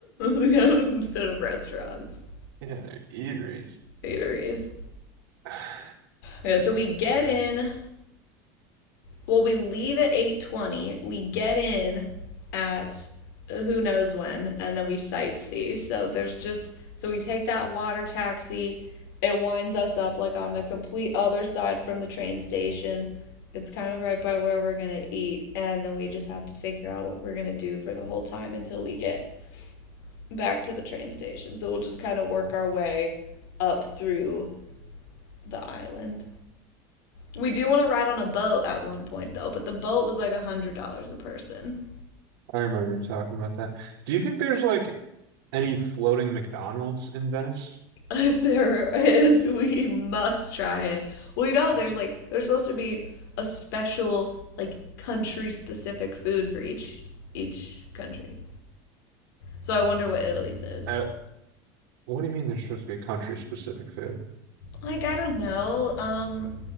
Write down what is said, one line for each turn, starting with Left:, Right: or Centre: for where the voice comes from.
Left: Yeah, instead of restaurants,
Right: Yeah, they're eateries.
Left: eateries.
Right: <sighs> I
Left: Yeah, so we get in Well, we leave at 8:20. We get in at who knows when and then we sightsee. So there's just so we take that water taxi. It winds us up like on the complete other side from the train station. It's kind of right by where we're going to eat and then we just have to figure out what we're going to do for the whole time until we get back to the train station. So we'll just kind of work our way up through the island. We do want to ride on a boat at one point though, but the boat was like a hundred dollars a person. <laughs>
Right: remember you talking about that. Do you think there's like Any floating McDonald's in Venice?
Left: If there is, we must try it. We know there's like there's supposed to be a special like country specific food for each each country. So I wonder what Italy's is.
Right: Uh, what do you mean there's supposed to be a country-specific food?
Left: Like I don't know. Um